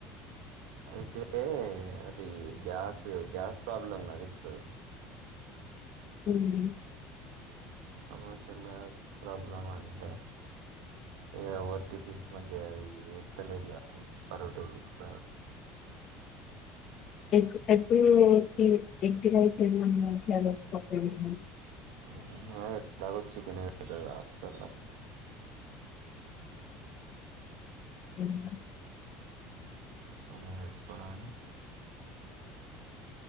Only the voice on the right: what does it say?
అయితే, అది గ్యాసు గ్యాస్ ప్రాబ్లం కద యిప్ డు.
కమర్షియల్ గ్యాస్ ప్రాబ్లమ్ అంటె, యమజర్సి నీస్ పని జెయల్ యీరొ తెల్లేదెయ యిప్పరటి వరకు యింక.
ఆహ్ యీడ తాగొచ్చు గని యేదొ కదా దాస్తున
ఆయన మెచ్ కోవాలి అని,